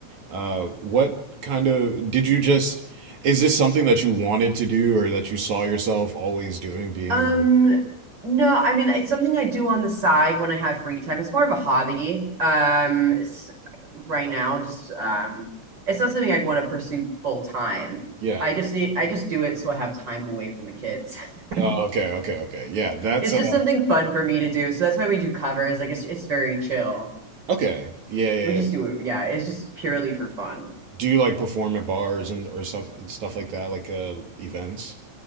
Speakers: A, on the right; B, on the right.
A: uh what kind of did you just is this something that you wanted to do or that you saw yourself always doing being
B: Um, no, I mean it's something I do on the side when I have free time. It's more of a hobby. Um, right now, just um, it's not something I'd want to pursue full time.
A: yeah.
B: I just need I just do it so I have time away from the kids. <laughs>
A: Oh, okay, okay, okay. Yeah, that's
B: It's
A: uh
B: just something fun for me to do. So that's why we do covers. Like it's it's very chill.
A: okay. Yeah, yeah.
B: We just
A: yeah.
B: do it. Yeah, it's just purely for fun.
A: Do you like perform at bars and or some stuff like that like uh events?